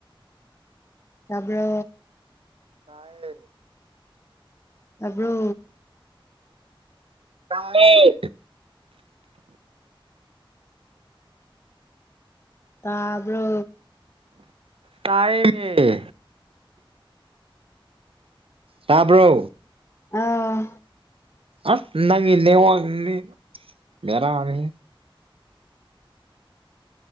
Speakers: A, on the left; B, on the right.
A: ꯇꯕ꯭ꯔꯣ
B: ꯇꯥꯏꯌꯦ
A: ꯇꯕ꯭ꯔꯣ
B: ꯇꯥꯏꯌꯦ
A: ꯇꯕ꯭ꯔꯣ
B: ꯇꯥꯏꯌꯦ ꯇꯕ꯭ꯔꯣ
A: ꯑꯥꯎ
B: ꯑꯁ ꯅꯪꯒꯤ ꯅꯦꯠꯋꯛ ꯁꯤꯗꯤ ꯕꯦꯔꯅꯤꯍꯦ